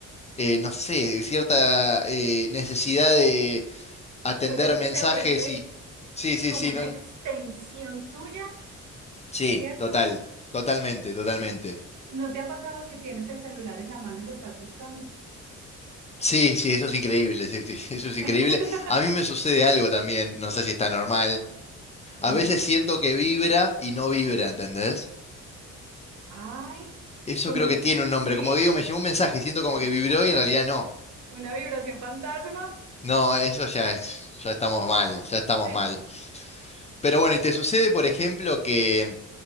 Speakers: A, on the left (about 20°); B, on the right (about 70°).
A: eh, no sé, cierta eh, necesidad de atender
B: pero es
A: mensajes
B: que se vuelve
A: y... Sí, sí,
B: como
A: sí,
B: una
A: no,
B: extensión tuya,
A: sí,
B: ¿cierto?
A: total, totalmente, totalmente.
B: ¿No te ha pasado que tienes el celular en la mano y lo estás buscando?
A: Sí, sí, eso es increíble, sí, sí, <laughs> eso es increíble.
B: <laughs>
A: A mí me sucede algo también, no sé si está normal. A
B: Dime.
A: veces siento que vibra y no vibra, ¿entendés?
B: Ay,
A: Eso
B: como,
A: creo que tiene un
B: sí,
A: nombre. Como que digo, me llegó un mensaje y siento como
B: como
A: que vibró
B: oh,
A: y en realidad no.
B: una vibración fantasma.
A: No, eso ya es, ya estamos
B: Wow.
A: mal, ya estamos
B: <laughs>
A: mal. Pero bueno, ¿y te sucede, por ejemplo, que